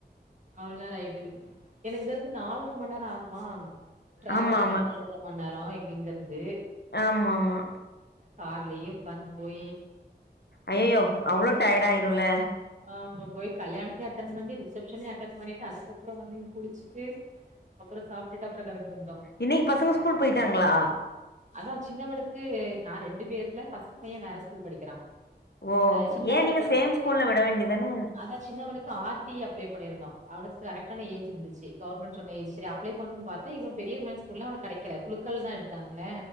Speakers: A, on the right; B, on the left.
A: அவ்ள நேரோ ஆயிட்டு எனக்கு இங்க இருந்து நால்ர மண்நேரோ ஆகு மா டிரவலிங்கே
B: ஆமா ஆமா
A: நால்ற மண்நேரோ இங் இங்கருந்து
B: ஆமாமா
A: கார்லயே உட்காந்து போயி
B: ஐயயோ அவ்ளோ டயர்ட் ஆயிரும்ல
A: ஆம போய் கல்யாணத்தையு அட்டென் பண்ணி ரிசப்ஷன யு அட்டன் பண்ணிட்டு அதுக்கப்ரோ வந்து இங்க குளிச்சிட்டு அப்ரோ சாப்டுட்டு அப்ரோ கெளம்பி வந்தோ
B: இன்னைக்கு பசங்க ஸ்கூல் போயிட்டாங்களா
A: அதா சின்னவனுக்கு நா ரெண்டு பேர்ல ஃபர்ஸ்ட் பையே வேற ஸ்கூல் படிக்கிறா
B: ஓ
A: அ சின்னவனுக்கு
B: ஏன் நீங்க
A: வந்துட்டு
B: சேம் ஸ்கூல்ல விட வேண்டியதான
A: அதா சின்னவனுக்கு ஆர் டி அப்ளே பண்ணிருந்தோ அவனுக்கு கரெக்டான ஏஜ் இருந்துச்சு கவர்மெண்ட் சொன்ன ஏஜ் சரி அப்ளை பண்ணும் பாத் தா இவன் பெரிய வ ஸ்கூல்ல அவனுக்கு கிடைக்கல குழுக்கள் தா எடுத்தாங்க